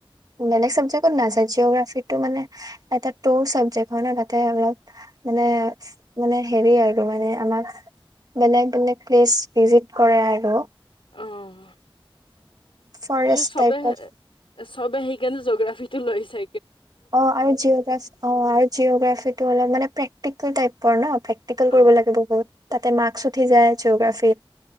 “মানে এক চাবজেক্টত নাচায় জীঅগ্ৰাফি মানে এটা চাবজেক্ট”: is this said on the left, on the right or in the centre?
Right